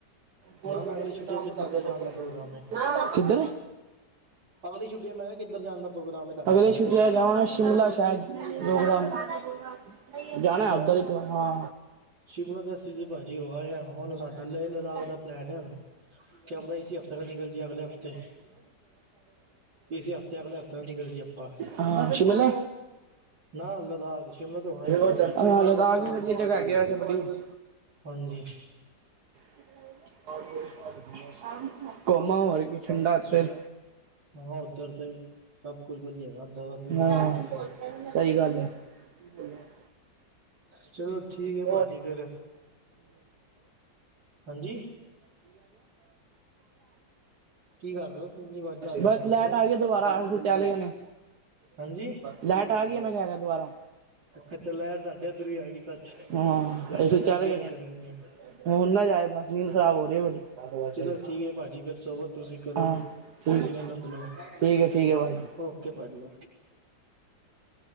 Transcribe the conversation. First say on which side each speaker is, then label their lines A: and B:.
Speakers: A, on the right; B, on the right.
A: <unintelligible>
B: ਨਾ ਮੈਂ ਅਗਲੀ ਛੁੱਟੀ ਕਿੱਧਰ ਦਾ ਜਾਣ ਦਾ ਪ੍ਰੋਗਰਾਮ ਹੈ
A: ਕਿੱਧਰ <unintelligible>
B: ਅਗਲੀ ਛੁੱਟੀਆਂ ਮੈਂ ਕਿਹਾ ਕਿੱਧਰ ਜਾਣ ਦਾ ਪ੍ਰੋਗਰਾਮ ਹੈ ਤੁਹਾਡਾ
A: ਅਗਲੇ
B: ਫਿਰ
A: ਛੁੱਟਟੀ ਜਾਵਾਂਗੇ ਸ਼ਿਮਲਾ ਸ਼ਾਇਦ ਪ੍ਰੋਗਰਾਮ <inaudible> ਜਾਣਾ
B: ਸ਼ਿਮਲਾ
A: ਓਧਰ ਹੀ ਤ ਹਾਂ
B: ਸ਼ਿਮਲਾ ਤੇ ਅਸੀਂ ਜੀ ਭਾਜੀ ਹੋ ਆਏ ਹਾਂ ਹੁਣ ਸਾਡਾ ਲੇਹ ਲਦਾਖ
A: <unintelligible> <unintelligible>
B: ਦਾ ਪਲੈਨ ਹੈ ਕਿਆ ਪਤਾ ਇਸੀ ਹਫ਼ਤੇ ਨਾ ਨਿਕਲ ਜੇ ਅਗਲੇ ਹਫ਼ਤੇ ਇਸੇ ਹਫ਼ਤੇ ਅਗਲੇ ਹਫ਼ਤੇ ਨਾ ਨਿਕਲ ਜੇ ਆਪਾਂ
A: ਹਾਂ ਸ਼ਿਮਲਾ
B: ਨਾ ਲਦਾਖ ਸ਼ਿਮਲਾ ਤੋਂ ਆਇਆ
A: <unintelligible> ਹੈ ਲੱਦਾਖ ਵੀ ਵਧੀਆ ਜਗ੍ਹਾ ਹੈਗੀ <inaudible> ਵ
B: ਹਾਂਜੀ
A: <unintelligible> ਕੋਮਾ ਹੋਰ ਕਿ ਠੰਡਾ ਫਿਰ
B: ਹਾਂ ਉੱਧਰ ਤੇ ਸਭ ਕੁਛ ਵਧੀਆ ਹੈਗਾ ਦਾ ਵਿਊ
A: ਹਾਂ
B: ਬੜਾ ਸਭ
A: ਸਹੀ ਗੱਲ ਐ ।
B: ਚਲੋ ਠੀਕ ਹੈ
A: <unintelligible> <unintelligible>
B: ਭਾਜੀ ਫੇਰ ਹਾਂਜੀ ਕੀ ਕਰ ਰਹੇ ਹੋ ਇੰਨੀ ਆਵਾਜ਼ਾਂ ਆ ਰਹੀਆਂ
A: ਬਸ
B: ਨੇ ਪਿੱਛੋਂ
A: ਲੈਟ ਆ ਗਏ ਦੁਬਾਰਾ ਅਸੀਂ ਚਾਰੋ ਜਣੇ
B: ਹਾਂਜੀ
A: ਲਾਈਟ ਆ ਗ ਮੈਂ ਕਹਿ ਰਿਹਾ ਦੁਬਾਰਾ
B: ਅੱਛਾ ਲਾਈਟ ਸਾਡੇ ਇੱਧਰ ਵੀ ਆ ਗਈ ਸੱਚ
A: ਹਾਂ
B: ਲਾਈਟਾਂ
A: ਅਸੀ
B: ਜਗ
A: ਚੱਲ
B: ਗਈਆਂ
A: ਗਏ ਨੇ
B: ਘਰਾਂ ਦੀਆਂ
A: ਹੁਣ ਨਾ ਜਾਏ ਬਸ ਨੀਂਦ ਖਰਾਬ ਹੋ ਰਹੀ ਬੜੀ।
B: ਚਲੋ ਠੀਕ ਏ ਭਾਜੀ ਫਿਰ ਸੋਵੋ ਤੁਸੀਂ ਕਰੋ
A: ਹਾਂ
B: ਜ
A: ਠੀਕ
B: ਏ ਸੀ ਦਾ ਆਨੰਦ ਲਓ <unintelligible>
A: ਠੀਕ ਹੈ ਠੀਕ ਹੈ ਭਾਜੀ।
B: ਓਕੇ ਪਾਜੀ ਓਕੇ